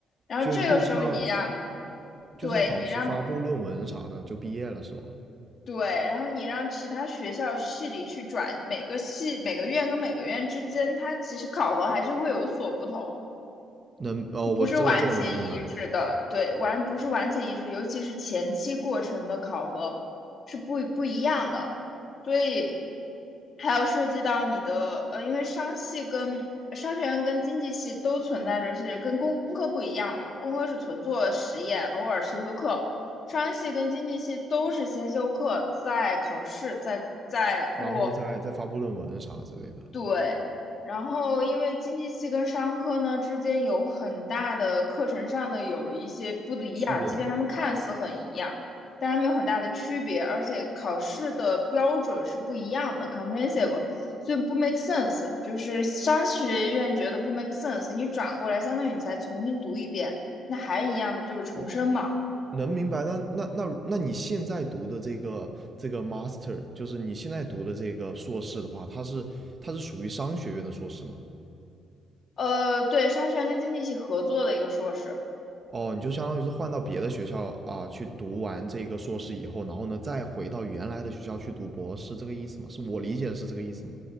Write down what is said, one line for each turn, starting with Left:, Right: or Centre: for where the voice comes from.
Left: 然后这个时候你让，
Right: 就就差就差导师发布论文啥的就毕业了是吧？
Left: 对你让对，然后你让其他学校系里去转，每个系每个院跟每个院之间，它其实考核还是会有所不同。
Right: 能哦，我这个这个我能明白，
Left: 不是完全一致的，对，完不是完全一致，尤其是前期过程的考核是不不一样的，所以还有涉及到你的，呃，因为商系跟商学院跟经济系都存在着是跟工科不一样嘛，工科是纯做实验，偶尔修修课，商系跟经济系都是先修课，再考试，再再过
Right: 然后再再发布论文啥之类的
Left: 对，然后因为经济系跟商科呢之间有很大的课程上的有一些不一样，
Right: 区别。
Left: 即便他们看似很一样，但他们有很大的区别，而且考试的标准是不一样的，comprehensive，所以不 make sense，就是商学院觉得不 make sense，你转过来相当于你再重新读一遍，那还一样的就是重申嘛。
Right: 我。能明白，那那那那你现在读的这个这个 master，就是你现在读的这个硕士的话，它是它是属于商学院的硕士吗？
Left: 呃，对，商学院跟经济系合作的一个硕士，
Right: 哦，你就相当于是换到别的学校啊，去读完这个硕士以后，然后呢再回到原来的学校去读博士，这个意思吗？是我理解的是这个意思吗？